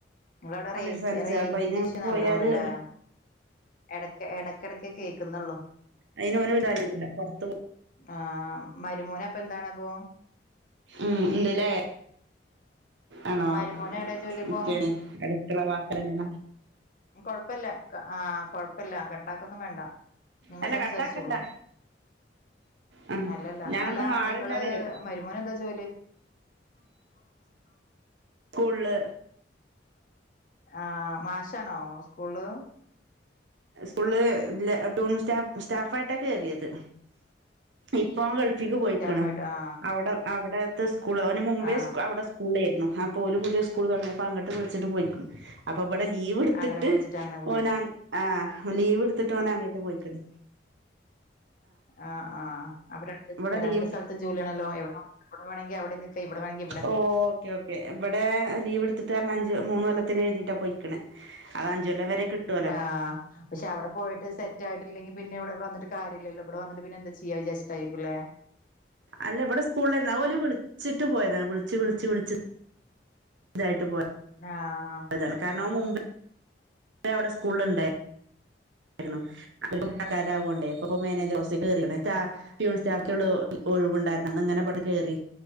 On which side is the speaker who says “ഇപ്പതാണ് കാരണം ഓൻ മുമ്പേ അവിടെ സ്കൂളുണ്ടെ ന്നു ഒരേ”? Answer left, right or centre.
Right